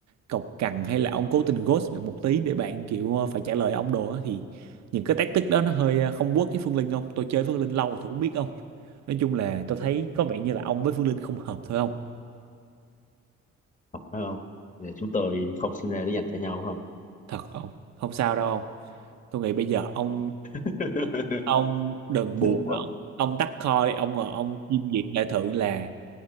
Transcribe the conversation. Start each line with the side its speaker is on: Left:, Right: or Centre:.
Right: cộc cằn hay là ông cố tình ghost bạn một tí để bạn kiểu ờ, phải trả lời ông đồ á. thì những cái tactic đó nó hơi ờ, không work với Phương Linh không tôi chơi Phương Linh lâu rồi tôi cũng biết không nói chung là tôi thấy có vẻ như là ông với Phương Linh không hợp thôi không
Left: thật phải không để chúng tôi không sinh ra để dành cho nhau không
Right: thật ông không sao đâu ông tôi nghĩ bây giờ ông
Left: <laughs>
Right: ông đừng buồn
Left: buồn quá
Right: nữa. ông tắt call đi ông ngồi ông chiêm nghiệm lại thử là